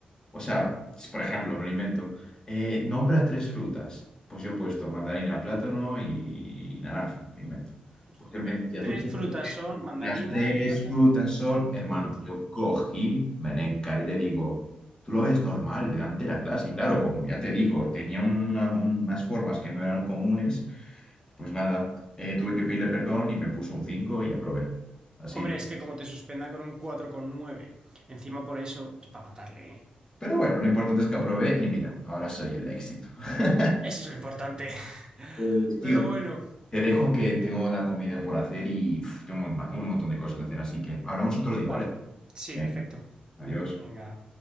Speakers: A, on the left (about 25°); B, on the right (about 25°).
A: O sea, si, por ejemplo, me lo invento. eh, nombra tres frutas. Pues yo he puesto mandarina, plátano y naranja, me lo invento.
B: Justo.
A: Pues él
B: Mire,
A: me decía,
B: Tres
A: tú tienes
B: frutas
A: que- decir,
B: son mandarina,
A: las tres
B: el plátano.
A: frutas son,
B: Sí.
A: hermano, yo cogí, me le encaré y le digo, tú lo ves normal delante de la clase. Y claro, como ya te digo, tenía una- unas formas que no eran comunes, pues nada, eh, tuve que pedirle perdón y me puso un 5 y aprobé. Así.
B: Hombre, es que como te suspenda con un 4,9, encima por eso es para matarle, ¿eh?
A: Pero bueno, lo importante es que aprobé y mira, ahora soy el éxito. <laughs>
B: Eso es lo importante. <laughs>
A: Pues,
B: Pero
A: tío,
B: bueno,
A: Te dejo que tengo la comida por hacer y uf, tengo un, ma- un montón de cosas que hacer, así que hablamos otro día,
B: vale.
A: ¿vale?
B: Sí,
A: Venga,
B: perfecto.
A: Adiós.
B: Venga.